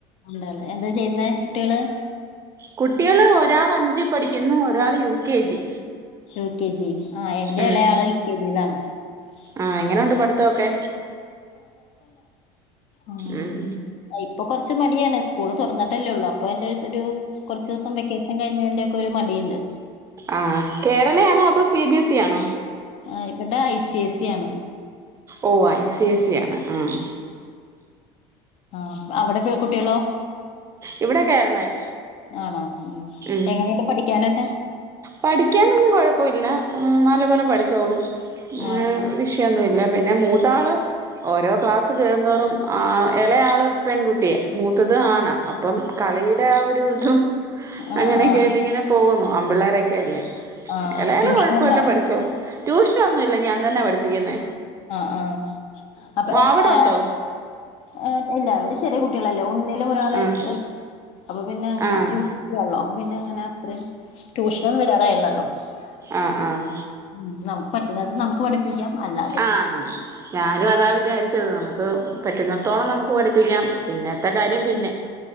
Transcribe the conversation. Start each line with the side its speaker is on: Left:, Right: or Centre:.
Left: എന്താണ് എന്താ ചെയ്യ്ന്നേ കുട്ട്യാള്
Right: കുട്ടികള് ഒരാള് അഞ്ചി പഠിക്കുന്നു ഒരാള് U K G
Left: U K G ആഹ് എന്റെ
Right: ഉം
Left: എളെയാള് യു കെ ജിയിലാണ്
Right: ആഹ് എങ്ങനൊണ്ട്
Left: ഉം
Right: പഠിതൊക്കെ
Left: മ്
Right: ഉം
Left: ഇപ്പൊ കൊഴപ്പ - ച്ച് മടിയാണ് സ്കൂള് തൊറന്നിട്ടല്ലേ ഉള്ളൂ അപ്പൊ അതിന്റെ ഒരു കൊറച്ച് ദിവസം വെക്കേഷൻ കഴിഞ്ഞേന്റെക്കെ ഒരു മടീണ്ട്
Right: ആഹ് കേരളയാണോ അതോ സി ബി എസ് സി ആണോ
Left: ആഹ് ഇവിടെ ഐ സി എ സിയാണ്
Right: ഓ ഐ സി എ സിയാണ് ആഹ്
Left: ആഹ് അവടെ <unintelligible> കുട്ടികളോ
Right: ഇവിടെ കേരളയാ
Left: ആണോ ഉം
Right: മ്
Left: എങ്ങനെയുണ്ട് പഠിക്കാനൊക്കെ
Right: പഠിക്കാനൊന്നും കൊഴപ്പോല്ല ആഹ് നല്ലപോലെ പഠിച്ചോളും അങ്ങ
Left: ആഹ്
Right: വിഷയോന്നൂല അല്ല പിന്നെ മൂത്താള് ഓരോ ക്ലാസ് കേറ്ന്തോറും ഇലയാള് പെൺകുട്ടി, മൂത്തത് ആണ്. അപ്പം കളിടെ ആ ഒര്തും
Left: ആഹ്
Right: അങ്ങനെക്കെയായ്ട്ടിങ്ങനെ
Left: ആഹ്
Right: പോവുന്നു ആമ്പിള്ളേരക്കെ അല്ലേ
Left: ആഹ്
Right: എളയാള്
Left: ട്യൂഷനുണ്ടോ?
Right: കൊഴപ്പല്ല പഠിച്ചോളും ട്യൂഷ്നൊന്നൂല്ല ഞാൻ തന്നാ പഠിപ്പിക്ക്ന്നേ
Left: ആ ആ അപ്പ
Right: അവിടെ
Left: ഏ
Right: ഉണ്ടോ
Left: ഏ പിന്നെ അവര് ചെറ്യേ കുട്ട്യേക്ളൽ ല്ലെ ഒന്നിലും ഒരാള്
Right: ആഹ്
Left: എ എൽ അപ്പൊ പിന്നെ അങ്ങനെ
Right: ആഹ്
Left: <unintelligible> യള്ളോ അപ്പ പിന്നെ അങ്ങനെ അത്രയും ട്യൂഷനൊന്നും വിടാറായില്ലല്ലോ
Right: ആഹ്
Left: <unintelligible>
Right: ആഹ്
Left: പറ്റ്ന്നതും നമക്ക് പടി പ്പിക്കാം അല്ല
Right: ആഹ് ഞാനും അതാ വിചാരി ച്ചത് നമക്ക് പറ്റുന്നിടത്തോളം ന പൂ പഠിപ്പിക്കാം പിന്നത്തെ കാര്യം പിന്നെ